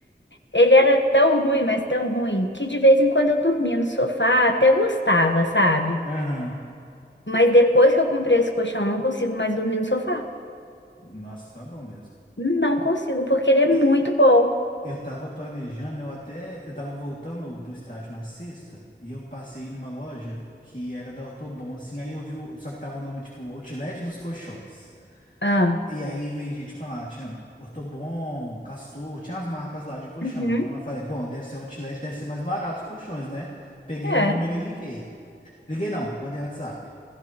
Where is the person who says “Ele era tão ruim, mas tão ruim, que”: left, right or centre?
Left